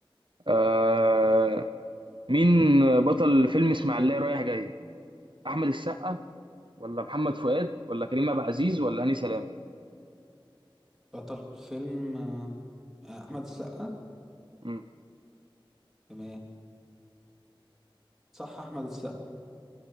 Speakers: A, on the right; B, in the centre.
A: آه مين بطل فيلم اسماعيلية رايح جاي احمد السقا ولا محمد فؤاد ولا كريم عبد العزيز ولا هاني سلامه
B: بطل فيلم آه، آه، احمد السقا
A: مم.
B: تمام صح احمد السقا